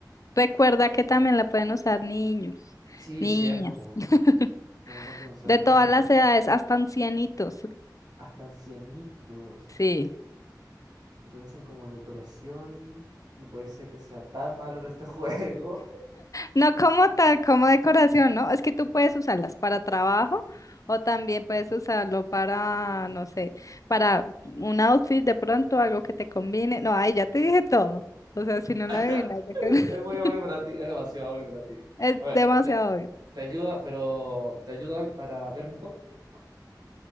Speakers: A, on the left; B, on the right.
A: recuerda que también la pueden usar niños,
B: Sí,
A: niñas,
B: es cierto.
A: <laughs>
B: También lo pueden usar
A: de
B: niños
A: todas
B: y
A: las edades, hasta ancianitos.
B: hasta ancianitos.
A: Sí.
B: Lo usan como decoración. No puede ser que sea tan malo en este juego.
A: No como tal, como decoración, ¿no? Es que tú puedes usarlas para trabajo o también puedes usarlo para, no sé, para un outfit de pronto, algo que te combine. No, ahí ya te dije todo. O sea, si no
B: <laughs>
A: lo adivinas, ya que- <laughs>
B: Es muy obvio para ti, es demasiado obvio para ti.
A: es
B: A ver,
A: demasiado
B: te,
A: obvio.
B: te ayuda, pero ¿te ayuda para ver mejor? No.